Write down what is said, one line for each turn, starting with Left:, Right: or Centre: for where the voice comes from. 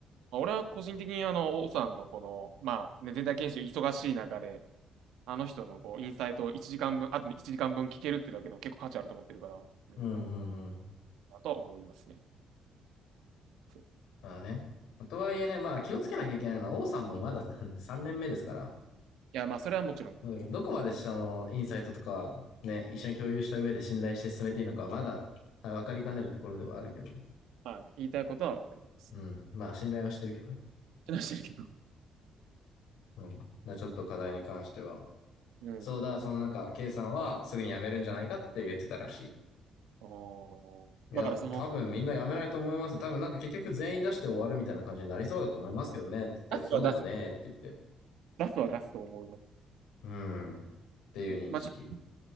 Right: まあ、俺は個人的にあの、王さんのこの、まあ、ね、全体研修忙しい中で、あの人のこう、インサイトを1時間分、あと1時間分聞けるってだけでも結構価値あると思ってるから、うん。
Left: うんうんうん。
Right: だとは思いますね。そう。
Left: まあね。とはいえね、
Right: そう
Left: まあ気をつけなきゃいけないのは、王さんもまだ3年目ですから、
Right: いや、まあ、それはもちろん。
Left: うん、どこまでそのインサイトとかね、一緒に共有した上で信頼して進めていいのかはまだ分かりかねるところではあるけど、
Right: まあね、言いたいことはわかります。
Left: うん。まあ信頼はしてるけどね。
Right: ってなしてるけど。
Left: うん。まあちょっと課題に関しては、
Right: うん。
Left: そうだ、そのなんか、K さんはすぐに辞めるんじゃないかって言ってたらし
Right: おあ。
Left: い。いや、
Right: だからその、
Left: 多分みんな辞めないと思います。多分なんか結局全員出して終わるみたいな感じになりそうだと思いますけどねって言って、
Right: 出すは出す。
Left: そうだよねって言って。
Right: 出すは出すと思います。
Left: うん。っていう認識。
Right: まあちょっと、